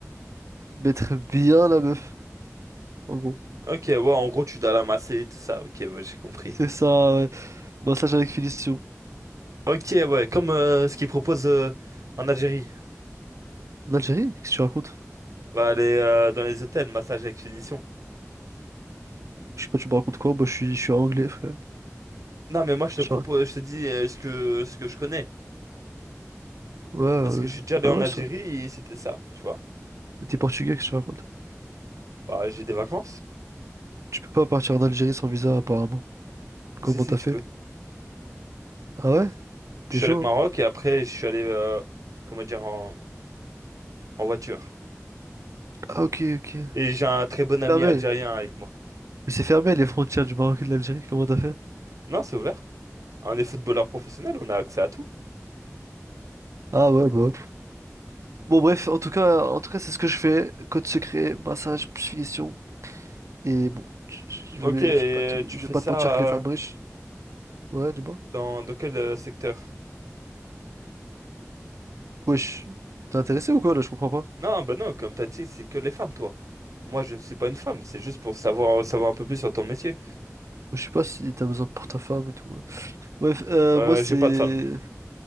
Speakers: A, on the right; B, on the right.
A: Mettre bien la meuf, en gros.
B: Ok, ouais, en gros, tu dois l'amasser et tout ça. Ok, ouais, j'ai compris.
A: C'est ça, ouais. massage avec finition.
B: Ok, ouais, comme euh, ce qu'ils proposent euh, en Algérie.
A: En Algérie, qu'est-ce que tu racontes?
B: Va aller euh, dans les hôtels, massage avec finition.
A: Je sais pas, tu me racontes quoi? Moi, je suis, je suis anglais, frère.
B: Non, mais moi, je te
A: Je
B: propose, je te dis euh, ce que, ce que je connais.
A: Ouais, euh,
B: Parce que je suis déjà allé
A: ah
B: en
A: ouais,
B: Algérie
A: ça.
B: et c'était ça, tu vois.
A: Mais t'es portugais, qu'est-ce que tu racontes?
B: Bah, j'ai des vacances.
A: Tu peux pas partir en Algérie sans visa, apparemment. Comment
B: Si, si,
A: t'as
B: tu
A: fait?
B: peux.
A: Ah ouais? T'es
B: Je suis
A: chaud,
B: allé au
A: hein?
B: Maroc et après, je suis allé, euh, comment dire, en, en voiture.
A: Ah, ok, ok.
B: Et j'ai un très bon ami
A: Fermé.
B: algérien avec moi.
A: Mais c'est fermé, les frontières du Maroc et de l'Algérie. Comment t'as fait?
B: Non, c'est ouvert. On est footballeur professionnel, on a accès à tout.
A: Ah ouais, bah ouais. Bon, bref, en tout cas, en tout cas, c'est ce que je fais. Code secret, massage, plus finition. Et bon, je je
B: Ok,
A: vais,
B: et
A: je vais pas te,
B: euh, tu
A: je
B: fais
A: vais pas
B: ça
A: te mentir que les
B: euh,
A: femmes riches. Ouais, dis-moi.
B: dans, dans quel euh, secteur?
A: Wesh, t'es intéressé ou quoi, là? Je comprends pas.
B: Non, bah non, comme t'as dit, c'est que les femmes, toi. Moi, je ne suis pas une femme, c'est juste pour savoir, euh, savoir un peu plus sur ton métier.
A: Je sais pas si t'as besoin pour ta femme et tout. ouais. Ouais, f- euh,
B: Euh,
A: moi c'est
B: j'ai pas de femme,